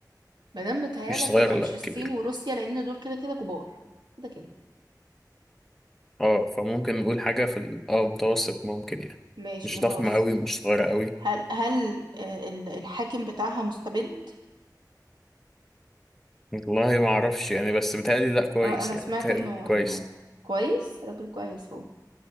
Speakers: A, on the right (about 85°); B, in the centre.
A: مادام متهيألك
B: مش صغيره
A: تبقى مش
B: لا
A: الصين
B: كبيره
A: وروسيا لأن دول كده كده كبار كده كده
B: اه فممكن نقول حاجه في ال- اه متوسط ممكن يعني
A: ماشي
B: مش
A: متوسط
B: ضخمه قوي مش صغيره قوي
A: هل هل آه ال- الحاكم بتاعها مستبد
B: والله ما اعرفش يعني بس متهيألي لا كويس
A: أنا أنا
B: يعني
A: سمعت
B: متهيألي
A: إنه
B: كويس
A: إنه كويس راجل كويس هو